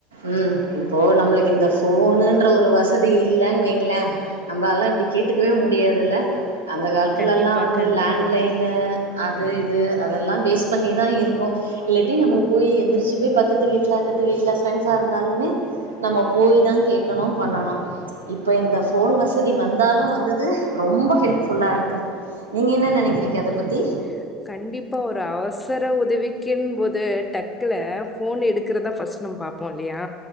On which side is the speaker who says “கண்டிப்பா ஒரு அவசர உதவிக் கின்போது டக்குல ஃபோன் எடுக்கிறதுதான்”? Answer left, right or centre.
Left